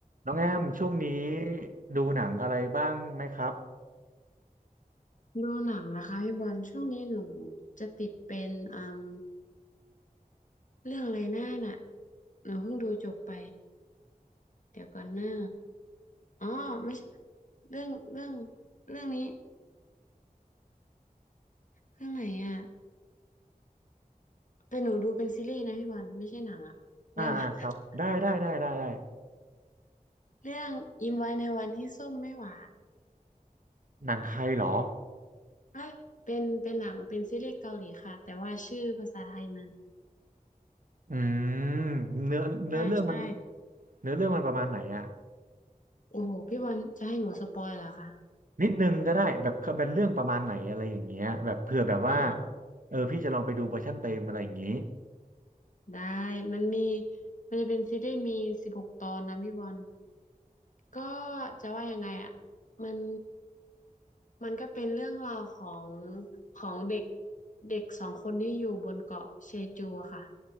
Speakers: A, on the right; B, on the left.
A: น้องแอมช่วงนี้ดูหนังอะไรบ้างไหมครับ
B: ดูหนังนะคะพี่บอลช่วงนี้หนูจะติดเป็นอืมเรื่องอะไรหน้าน่ะหนูเพิ่งดูจบไปเดี๋ยวก่อนหน้าอ๋อไม่ใช่เรื่องเรื่องเรื่องนี้เรื่องไหนอ่ะแต่หนูดูเป็นซีรีส์นะพี่บอลไม่ใช่หนังอ่ะได้ไหม
A: อ่าอ่าครับได้ได้ได้ได้ได้
B: <laughs> เรื่องยิ้มไว้ในวันที่ส้มไม่หวาน
A: หนังไทยเหรอ
B: เอ้ยเป็นเป็นหนังเป็นซีรีส์เกาหลีค่ะแต่ว่าชื่อภาษาไทยมัน
A: อืมเนื้อเนื้อเรื่องมัน
B: ใช่ใช่
A: เนื้อเรื่องมันประมาณไหนอะ
B: โอ้โหพี่บอลจะให้หนูสปอยเหรอคะ
A: นิดนึงก็ได้แบบเป็นเรื่องประมาณไหนอะไรอย่างเงี้ยแบบเผื่อแบบว่า
B: อ๋อ
A: เออพี่จะลองไปดูเวอร์ชันเต็มอะไรอย่างงี้
B: ได้มันมีมันจะเป็นซีรีส์มีสิบหกตอนนะพี่บอลก็จะว่ายังไงอ่ะมันมันก็เป็นเรื่องราวของของเด็กเด็กสองคนที่อยู่บนเกาะเชจูอะค่ะ